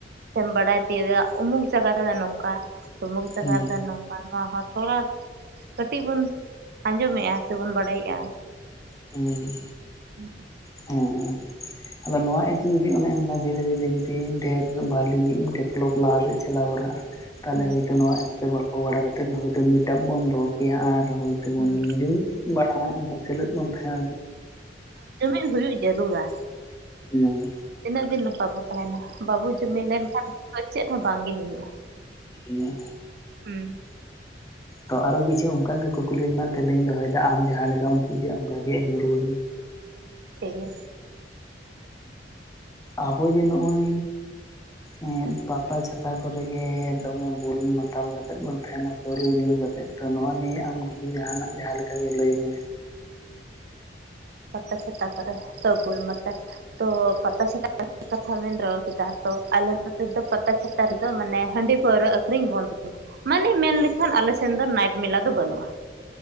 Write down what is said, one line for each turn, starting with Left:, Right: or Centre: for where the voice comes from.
Right: ᱥᱮᱢ ᱵᱟᱰᱟᱭ ᱛᱤᱭᱳᱜ-ᱟ ᱩᱢᱩᱠ ᱡᱟᱭ ᱜᱟ ᱨᱮ ᱫᱚ ᱱᱚᱝ ᱠᱟ ᱩᱢᱩᱠ ᱡᱟᱭᱜᱟ
Left: ᱦᱩᱸ
Right: ᱨᱮ ᱫᱚ ᱱᱚᱝᱠᱟ ᱱᱚᱣᱟ ᱦᱚᱸ ᱛᱷᱚᱲᱟ ᱠᱟᱹᱴᱤᱡ ᱵᱚᱱ ᱟᱸᱡᱚ ᱢᱮᱫᱼᱟ ᱥᱮ ᱵᱚᱱ ᱵᱟᱰᱟᱭ ᱮᱜᱼᱟ
Left: ᱩᱸ
Right: ᱦᱩᱸ
Left: ᱦᱮᱸ ᱟᱫᱚ ᱱᱚᱣᱟ ᱮᱯᱥ ᱡᱩᱫᱤ ᱚᱱᱮ ᱚᱱᱠᱟ ᱮᱱ ᱠᱷᱟᱱ ᱫᱷᱤ ᱨᱮ ᱫᱷᱤ ᱨᱮ ᱡᱩᱫᱤ ᱰᱷᱮᱨ ᱵᱷᱟᱞᱤ ᱰᱮᱵᱷᱽ ᱞᱚᱯ ᱞᱟᱦᱟ ᱥᱮᱫ ᱪᱟᱞᱟᱣ ᱦᱚ ᱨᱟᱜᱼᱟ ᱛᱟᱦᱞᱮ
Right: ᱦᱩᱸ
Left: ᱦᱳᱭ ᱛᱚ ᱱᱚᱣᱟ ᱮᱯᱥ ᱨᱮ ᱜᱚᱞ ᱯᱚ ᱵᱟᱲᱟ ᱠᱟᱛᱮᱫ ᱢᱤᱴᱟᱯ ᱵᱚᱱ ᱫᱚ ᱦᱚ ᱠᱮᱭᱟ ᱟᱨ ᱛᱮ ᱵᱚᱱ
Right: ᱦᱩᱸ
Left: ᱡᱩᱢᱤᱫ ᱵᱟᱲᱟᱜᱼᱟ ᱚᱱᱠᱟ ᱥᱮᱞᱮᱫ ᱵᱚᱱ ᱛᱟᱦᱮᱱᱟ
Right: ᱤᱱ ᱦᱩᱭᱩᱜ ᱡᱟᱹᱨᱩᱲᱟ
Left: ᱱᱚᱣᱟ
Right: ᱛᱤᱱᱟᱹᱜ ᱫᱤᱱ ᱱᱚᱝ ᱠᱟ ᱵᱚᱱ ᱛᱟᱦᱮ ᱱᱟ ᱵᱟᱵᱚ ᱡᱩᱢᱤᱫ ᱞᱮᱱ ᱠᱷᱟᱱ ᱪᱮᱫ ᱦᱚᱸ ᱵᱟᱝ ᱜᱮ ᱦᱩᱭᱩᱜᱼᱟ
Left: ᱦᱩᱸ
Right: ᱦᱩᱸ
Left: ᱛᱚ ᱟᱨᱚ ᱠᱤᱪᱷᱩ ᱚᱱᱠᱟ ᱜᱮ ᱠᱩᱠᱞᱤ ᱨᱮᱱᱟᱜ ᱛᱮᱞᱟᱹᱧ ᱫᱚᱦᱚ ᱭᱮᱫᱟ ᱟᱢ ᱡᱟᱦᱟᱸ ᱞᱮᱠᱟᱢ ᱵᱩᱡᱮᱫᱼᱟ ᱚᱱᱠᱟ ᱜᱮ ᱮᱢ ᱨᱩᱭᱟᱹᱲ ᱢᱮ᱾
Right: ᱴᱷᱤᱠ ᱜᱮᱭᱟ᱾
Left: ᱟᱵᱚ ᱡᱮ ᱱᱚᱜᱼᱚᱭ ᱮᱸᱫ ᱯᱟᱛᱟ ᱪᱷᱟᱛᱟ ᱠᱚᱨᱮ ᱜᱮ ᱫᱚᱢᱮ ᱵᱩᱞ ᱢᱟᱛᱟᱞ ᱠᱟᱛᱮᱜ ᱵᱚᱱ ᱛᱟᱦᱮᱱᱟ ᱯᱟᱹᱣᱨᱟᱹ ᱧᱩ ᱠᱟᱛᱮᱫ ᱛᱚ ᱱᱚᱣᱟ ᱱᱤᱭᱟᱹ ᱜᱮ ᱟᱢ ᱠᱤᱪᱷᱩ ᱡᱟᱦᱟᱱᱟᱜ ᱡᱟᱦᱟᱸ ᱞᱮᱠᱟ ᱜᱮ ᱞᱟᱹᱭ ᱢᱮ᱾
Right: ᱯᱟᱛᱟ ᱪᱷᱟᱛᱟ ᱠᱚᱨᱮ ᱛᱚ ᱵᱩᱞ ᱢᱟᱛᱟᱞ ᱠᱟᱛᱮ ᱛᱚ ᱯᱟᱛᱟ ᱪᱷᱟᱛᱟ ᱠᱟᱛᱷᱟ ᱵᱤᱱ ᱨᱚᱲ ᱠᱮᱫᱟ ᱛᱚ ᱟᱞᱮ ᱱᱚᱛᱮ ᱫᱚ ᱯᱟᱛᱟ ᱪᱷᱟᱛᱟ ᱨᱮ ᱫᱚ ᱢᱟᱱᱮ ᱦᱟᱺᱰᱤ ᱯᱟᱹᱣᱨᱟᱹ ᱟᱹᱠᱷᱨᱤᱧ ᱵᱚᱱᱫ ᱜᱮᱭᱟ᱾ ᱢᱟᱱᱮ ᱢᱮᱱ ᱞᱮᱠᱷᱟᱱ ᱟᱞᱮ ᱥᱮᱱ ᱫᱚ ᱱᱟᱭᱤᱴ ᱢᱮᱞᱟ ᱫᱚ ᱵᱟᱹᱱᱩᱜᱼᱟ᱾